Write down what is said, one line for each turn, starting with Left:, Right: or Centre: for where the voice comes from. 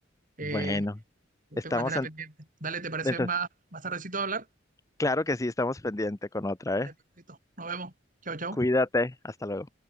Right: eh,
Left: Bueno, estamos
Right: tengo una tarea
Left: en...
Right: pendiente. Dale, ¿te parece
Left: Entonces,
Right: más, más tardecito hablar?
Left: claro que sí, estamos pendiente con otra,
Right: Vale,
Left: ¿eh?
Right: perfecto. Nos vemos. Chao, chao.
Left: Cuídate, hasta luego.